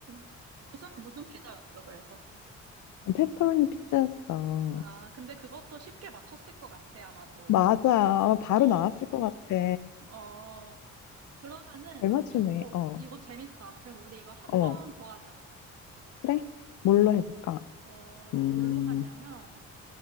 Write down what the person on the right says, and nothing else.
<laughs> 무슨, 무슨 피자였어, 그래서.
아, 근데 그것도 쉽게 맞췄을 것 같아, 아마도.
어,
어, 그러면은,
어,
이거 재밌다. 그럼 우리 이거 한번
더 하자.
어,
어,
뭘로 하냐면,